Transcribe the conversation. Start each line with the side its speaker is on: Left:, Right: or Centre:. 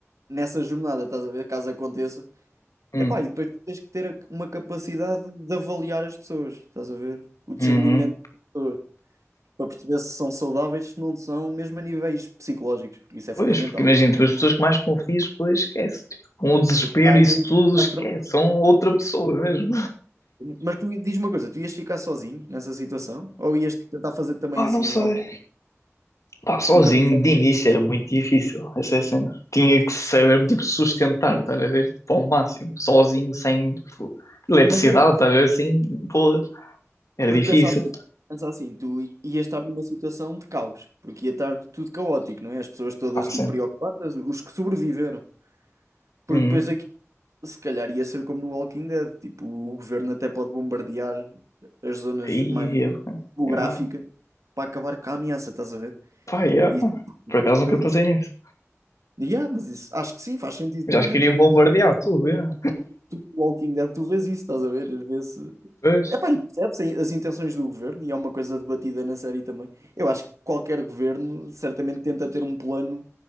Right: nessa jornada, estás a ver, caso aconteça.
Left: Hum,
Right: Epá, e depois tu tens que ter a- uma capacidade de avaliar as pessoas, estás a ver? O discernimento
Left: uhum.
Right: das pessoas, para perceber se são saudáveis, se não são, mesmo a níveis psicológicos, porque isso é
Left: Pois,
Right: fundamental.
Left: porque imagina, tipo, as pessoas que mais confias, pois esquece. Tipo, com o desespero,
Right: Caem-
Left: isso tudo,
Right: estás
Left: esquece.
Right: tramado.
Left: São outra pessoa mesmo.
Right: Mas tu diz uma coisa, tu ias ficar sozinho nessa situação? Ou ias tentar fazer também
Left: Pá,
Right: assim
Left: não sei.
Right: algo?
Left: Pá, sozinho,
Right: Nunca pensaste
Left: de início
Right: nisso.
Left: era muito difícil essa cena. Tinha que saber, tipo, sustentar, estás a ver? Tipo, ao máximo. Sozinho, sem, tipo, eletricidade,
Right: Mas aí,
Left: estás a ver? Sem, pô, era
Right: porque
Left: difícil.
Right: pensa assim, pensa assim, tu i- ias estar numa situação de caos, porque ia estar tudo caótico, não é? As pessoas todas
Left: Pá, sim.
Right: tipo preocupadas, os que sobreviveram. Porque
Left: uhum.
Right: depois aqui Se calhar ia ser como no Walking Dead, tipo, o governo até pode bombardear as zonas
Left: Aí,
Right: mais
Left: é,
Right: geográficas
Left: já.
Right: para acabar com a ameaça, estás a ver?
Left: Pá, yeah.
Right: E isso
Left: Por
Right: é
Left: acaso
Right: assustador.
Left: nunca pensei nisso.
Right: E, ah, mas isso acho que sim, faz sentido pelo
Left: Já acho
Right: menos.
Left: que iria bombardear tudo, yeah.
Right: Tu, no Walking Dead, tu vês isso, estás a ver? às Vês,
Left: Pois.
Right: epá, e percebes as intenções do governo e é uma coisa debatida na série também. Eu acho que qualquer governo certamente tenta ter um plano,